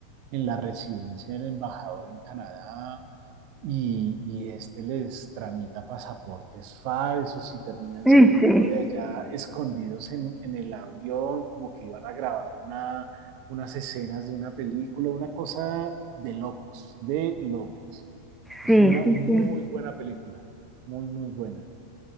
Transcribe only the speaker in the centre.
Sí,
sí.
Sí,
sí,
sí.